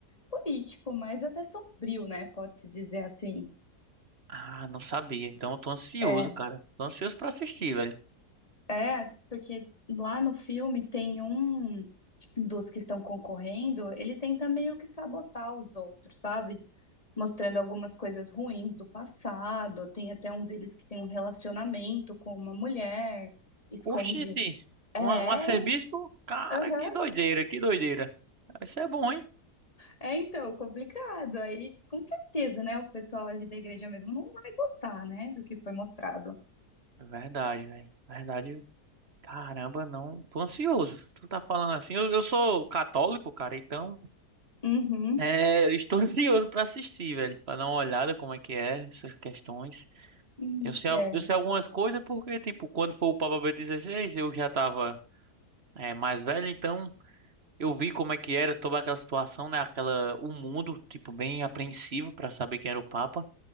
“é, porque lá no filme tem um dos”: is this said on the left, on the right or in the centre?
Left